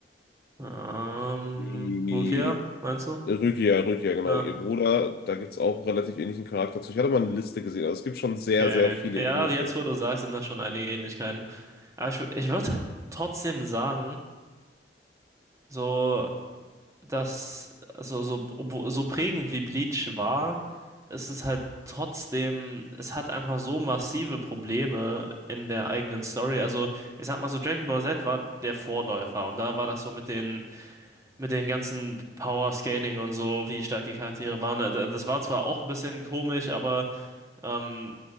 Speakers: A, on the right; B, on the left.
A: Ähm,
B: Die
A: Rukia, meinst du?
B: Rukia, Rukia, genau,
A: Ah,
B: ihr Bruder. Da gibt es auch einen relativ ähnlichen Charakter zu. Ich hatte mal eine Liste gesehen, also es gibt schon sehr,
A: okay.
B: sehr viele
A: Ja,
B: ähnliche.
A: jetzt, wo du sagst, sind da schon einige Ähnlichkeiten. Aber ich, ich würde halt trotzdem sagen, so, dass, also so, obwo- so prägend wie Bleach war, ist es ist halt trotzdem, es hat einfach so massive Probleme in der eigenen Story. Also, ich sag mal so, Dragon Ball Z war der Vorläufer und da war das so mit den, mit den ganzen Power-Scaling und so, wie stark die Charaktere waren. Da- Das war zwar auch ein bisschen komisch, aber. ähm,